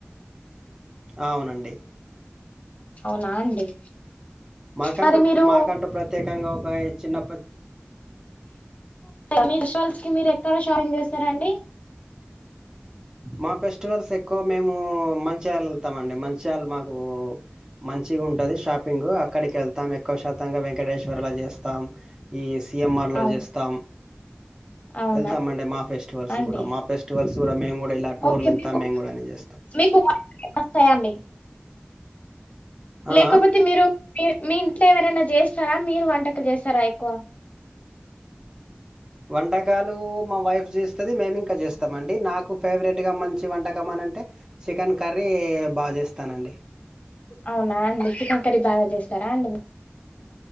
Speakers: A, on the right; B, on the left.
A: అవునండి
B: అవునా అండి
A: మాకంటూ
B: మరి మీరు
A: మాకంటూ ప్రత్యేకంగా ఒక చిన్నప్ప
B: మీ ఫెస్టివల్స్ కి మీరు ఎక్కడ షాపింగ్ చేస్తారండి
A: మా ఫెస్టివల్స్ ఎక్కువ మేము మంచ్యాల వెళ్తాం అండి మంచ్యాల మాకు మంచిగా ఉంటది షాపింగ్ అక్కడికి వెళ్తాం ఎక్కువ శాతంగా వెంకటేశ్వర్లా చేస్తాం ఈ సి ఎం ఆర్లో
B: అవును
A: చేస్తాం
B: అవునా
A: వెళ్తామ అండి మా ఫెస్టివల్స్
B: అండి
A: కూడా మా ఫెస్టివల్స్ మేము కూడా ఇలా టూర్లు
B: ఓకే
A: వెళ్తాం
B: మీకు
A: మేము కూడా అని చేస్తాం
B: మీకు వస్తాయండి
A: ఆ
B: లేకపోతే మీరు మీ మీ ఇంట్లో ఎవరైనా చేస్తారా మీరు వంటకాలు చేస్తారా ఎక్కువ
A: వంటకాలు మా వైఫ్ చేస్తది. మేము ఇంకా చేస్తాం అండి నాకు ఫేవరెట్గా మంచి వంటకం అని అంటే చికెన్ కర్రీ బాగా చేస్తానండి
B: అవునా అండి చికన్ కర్రీ బాగా చేస్ చేస్తరా అండి